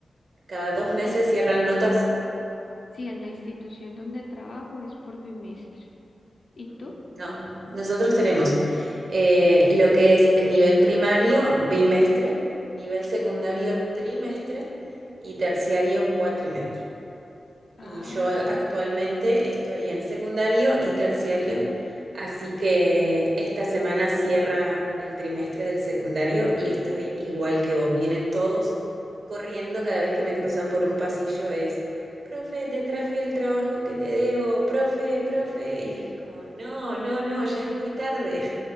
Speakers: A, on the right; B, on the left.
A: cada dos meses
B: Sí.
A: cierran notas.
B: Sí, en la institución donde trabajo es por bimestre. ¿Y
A: Mm,
B: tú?
A: No, nosotros tenemos eh, lo que es nivel primario, bimestre, nivel secundario, trimestre y terciario, cuatrimestre. y
B: Ah,
A: yo a- actualmente
B: ya.
A: estoy en secundario y terciario, así que esta semana cierra el trimestre del secundario y estoy igual que vos. Vienen todos corriendo cada vez que me cruzan por un pasillo es, profe, te traje el trabajo que te debo, profe, profe, y es como, no, no, no, ya es muy tarde.